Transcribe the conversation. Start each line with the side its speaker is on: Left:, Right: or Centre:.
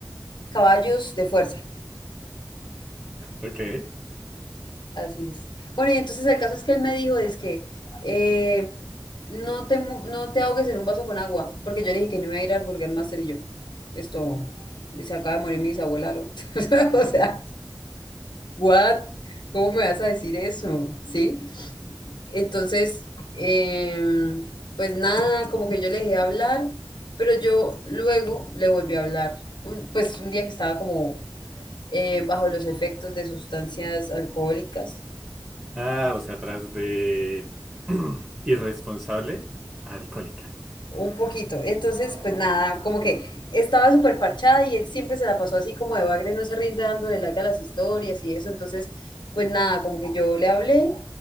Left: Caballos de fuerza,
Right: Ok.
Left: así es. Bueno, y entonces el caso es que él me dijo, es que eh, no te, mu- no te ahogues en un vaso con agua, porque yo le dije que no iba a ir al Burger Master y yo, esto, se acaba de morir mi bisabuela, ¿no? <laughs> O sea, what? ¿Cómo me vas a decir eso? ¿Sí? Entonces, em, pues nada, como que yo le dejé hablar, pero yo luego le volví a hablar, un- pues un día que estaba como eh, bajo los efectos de sustancias alcohólicas
Right: Ah, o sea, tras de <clears throat> irresponsable, alcohólica.
Left: un poquito. Entonces, pues nada, como que estaba súper parchada y él siempre se la pasó así como de bagre, no se rinde dándole like a las historias y eso. Entonces, pues nada, como que yo le hablé